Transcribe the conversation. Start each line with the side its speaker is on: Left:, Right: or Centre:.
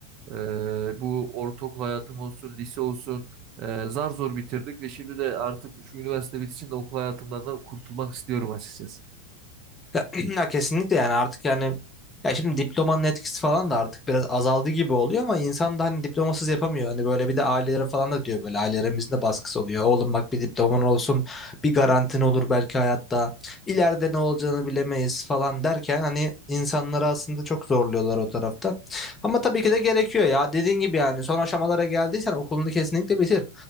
Right: E, bu ortaokul hayatım olsun, lise olsun e, zar zor bitirdik ve şimdi de artık şu üniversite bitişinde okul hayatımdan da kurtulmak istiyorum açıkçası.
Left: Ya, <clears throat> ya kesinlikle yani artık yani ya şimdi diplomanın etkisi falan da artık biraz azaldı gibi oluyor ama insan da hani diplomasız yapamıyor. Hani böyle bir de ailelere falan da diyor böyle ailelerimizin de baskısı oluyor. Oğlum bak bir diploman olsun bir garantin olur belki hayatta ileride ne olacağını bilemeyiz falan derken hani insanları aslında çok zorluyorlar o tarafta. Ama tabii ki de gerekiyor ya dediğin gibi yani son aşamalara geldiysen okulunu kesinlikle bitir.